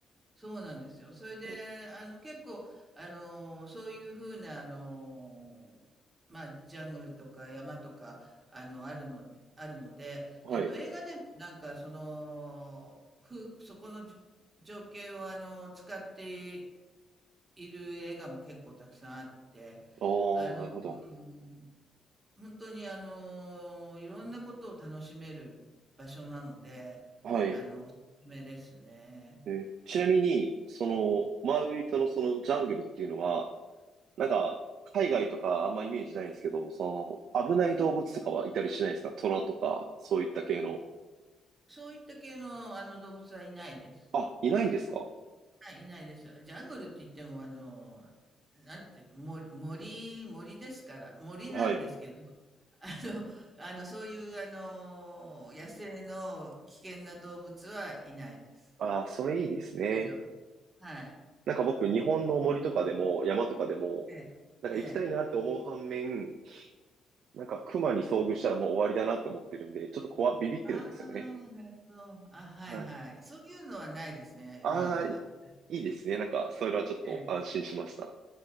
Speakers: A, on the right; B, on the right.
A: そうなんですよ。それで、
B: はい。
A: あの、結構、あの、そういうふうな、あの、まあ、ジャングルとか山とか、あの、あるの、あるので、
B: はい。
A: えっと、
B: あ
A: 映画でもなんか、その、ふ、そこのじ情景を、あの、使っている映画も結構たくさんあって、
B: あ、
A: あの、
B: なるほど。
A: うん本当に、あの、いろんなことを楽しめる場所なので、
B: はい。
A: あの、おすすめですね。
B: えーちなみに、その、マウイ島のそのジャングルっていうのは、なんか、海外とかあんまイメージないんですけど、その、危ない動物とかはいたりしないですかトラとか、そういった系の。
A: そういった系の、あの、動物はいないです。
B: あ、いないんですか
A: はい、いないです。ジャングルって言っても、あの、なんていうの、森、森、森ですから、森なんですけど、
B: はい。
A: <laughs> あの、あの、そういう、あの、野生の危険な動物はいないです。
B: ああ、それいいですね。
A: 大丈夫。はい。
B: なんか僕、日本の森とかでも、山とかでも、
A: ええ、
B: なんか行きたいなって思う反面、
A: ええ。
B: なんか熊に遭遇したらもう終わりだなって思ってるんで、ちょっと怖、ビビってるんですよね。
A: ああ、なるほど。あ、はいはい。
B: はい。
A: そういうのはないですね、
B: ああ、
A: マウイは。
B: いいですね。なんか、それはちょっと安心しました。
A: ええ、